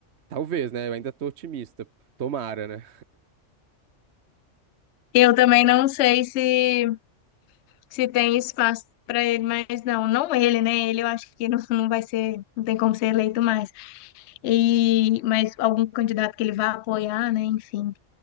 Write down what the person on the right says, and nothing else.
Talvez, né? Eu ainda tô otimista. Tomara, né?